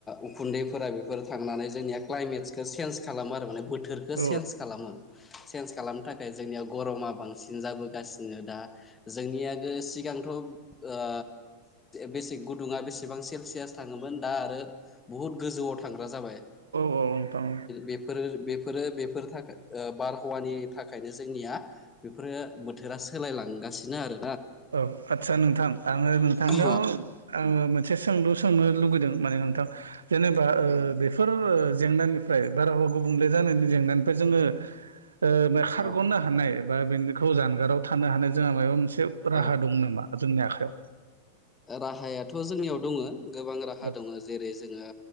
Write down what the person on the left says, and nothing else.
उखुन्दैफोरा बेफोर थांनानै जोंनिया क्लाइमेट खौ चेनच खालामो आरो बोथोरखो
चेनच खालामो चेनच खालामनो थाखाय जोंनियाव गरमा बांसिन जाबोगासिनो दा जोंनिया सिगांथ' आ बेसे गुदुङा बेसेबां सेलसियास थाङोमोन दा आरो बुहुत गोजौआव थां थांग्रा जाबाय
बेफोरो बेफोरो बेफोर थाखाय बारहावानि थाखायनो जोंनिया बेफोरो बोथोरा सोलायलांगासिनो आरो
औ
औ
औ
राहायाथ' जोंनियाव दङ गोबां राहा
दङ जेरै जोङो।